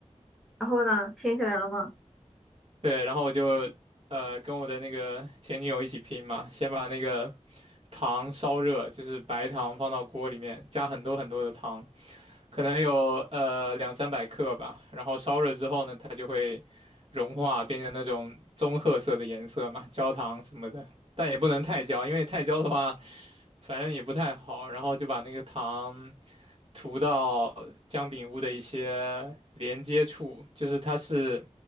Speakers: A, in the centre; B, on the right.
A: 然后呢，拼起来了吗？
B: 对，然后我就呃跟我的那个前女友一起拼嘛，先把那个糖烧热，就是白糖放到锅里面，加很多很多的糖，可能有呃两三百克吧，然后烧热之后呢，它就会融化，变成那种棕褐色的颜色嘛，<laughs> 焦糖什么的，但也不能太焦，因为太焦的话，反正也不太好。然后就把那个糖涂到姜饼屋的一些连接处，就是它是